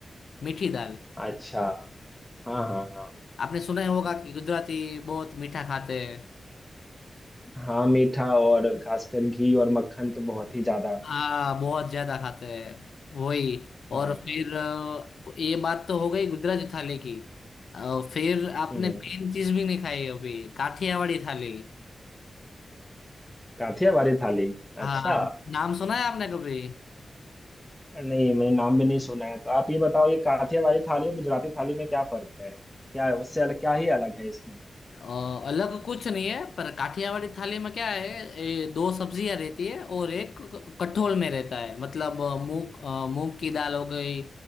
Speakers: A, on the left; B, in the centre.
A: मीठी दाल
B: अच्छा हाँ हाँ हाँ
A: आपने सुना ही होगा कि गुजराती बहुत मीठा खाते हैं
B: हाँ मीठा और खासकर घी और मक्खन तो बहुत ही ज्यादा
A: हाँ बहुत ज्यादा खाते हैं वही और
B: हाँ
A: फिर अ, ये बात तो हो गई गुजराती थाली की अ, फिर आपने
B: हम्म
A: मेन चीज भी नहीं खाई अभी काठियावाड़ी थाली
B: काठियावाड़ी थाली
A: हाँ
B: अच्छा
A: नाम सुना है आपने कभी
B: नहीं मैंने नाम भी नहीं सुना है तो आप ये बताओ ये काठियावाड़ी थाली और गुजराती थाली में क्या फर्क है क्या उससे अलग, क्या ही अलग है इसमें
A: अ, अलग कुछ नहीं है पर काठियावाड़ी थाली में क्या है ए, दो सब्जियां रहती है और एक क- कठोल में रहता है मतलब अ, मूंग अ, मूंग की दाल हो गई